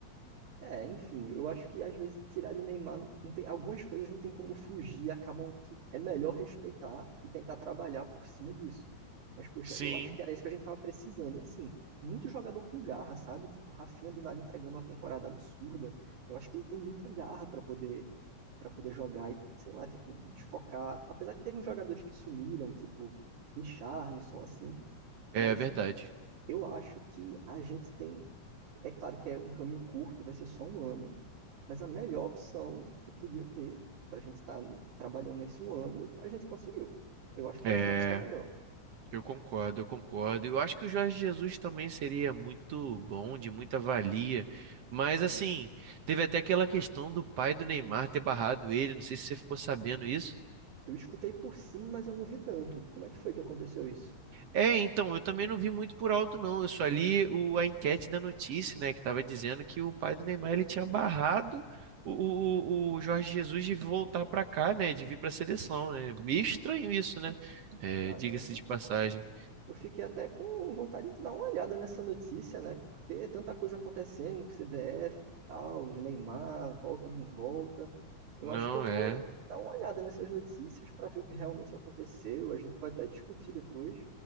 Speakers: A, on the right; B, on the right.
A: É, enfim, eu acho que às vezes tirar de Neymar, não tem, algumas coisas não tem como fugir, acabam que é melhor respeitar e tentar trabalhar por cima disso. Mas, poxa,
B: Sim.
A: eu acho que era isso que a gente tava precisando. E assim, muito jogador com garra, sabe? Tipo, Rafinha do nada entregando uma temporada absurda. Eu acho que ele tem muita garra para poder para poder jogar e, sei lá, tipo, desfocar. Apesar que teve uns jogadores que sumiram, tipo, Richarlison, assim,
B: É
A: mas
B: verdade.
A: eu acho que a gente tem. É claro que é um caminho curto, vai ser só um ano mas a melhor opção que podia ter para a gente estar trabalhando nesse um ano, a gente conseguiu. Eu acho que
B: É,
A: não tinha opção melhor.
B: eu concordo, eu concordo. Eu acho que o Jorge Jesus também seria muito bom, de muita valia. Mas assim, teve até aquela questão do pai do Neymar ter barrado ele. Não sei se você ficou sabendo isso.
A: Eu escutei por cima, mas eu não vi tanto. Como é que foi que aconteceu isso?
B: É, então, eu também não vi muito por alto, não. Eu só li o, a enquete da notícia, né, que estava dizendo que o pai do Neymar ele tinha barrado o, o, o o Jorge Jesus de voltar para cá, né, de vir para a seleção, né? Meio estranho isso, né? É,
A: Caramba,
B: diga-se de passagem.
A: eu fiquei até com vontade de dar uma olhada nessa notícia, né? Porque é tanta coisa acontecendo com o CBF e tal, os Neymar, volta, não volta. Eu
B: Não
A: acho que eu vou
B: é.
A: dar uma olhada nessas notícias para ver o que realmente aconteceu. A gente pode até discutir depois,